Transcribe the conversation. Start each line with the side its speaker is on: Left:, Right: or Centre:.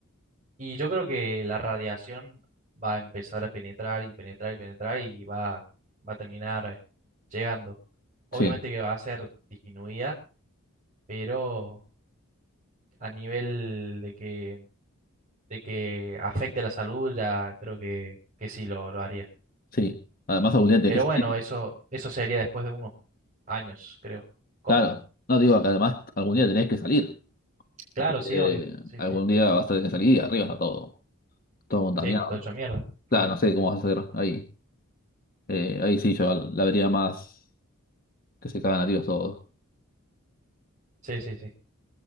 Right: y yo creo que la radiación va a empezar a penetrar y penetrar y penetrar y va, va a terminar llegando. Obviamente
Left: Sí,
Right: que va a ser disminuida, pero a nivel de que de que afecte la salud, ya creo que, que sí lo, lo haría.
Left: sí. Además algún día tenés
Right: Pero bueno,
Left: que salir.
Right: eso, eso sería después de unos años, creo. ¿Cómo?
Left: Claro. No digo que además algún día tenés que salir.
Right: Claro,
Left: Así que
Right: sí, obvio.
Left: eh,
Right: Sí,
Left: algún
Right: sí.
Left: día vas a tener que salir y arriba está todo. Todo contaminado.
Right: Sí, está todo hecho mierda. Claro.
Left: Claro, no sé cómo vas a hacer ahí. Eh, ahí sí yo la vería más que se cagan a tiros todos.
Right: Sí, sí, sí.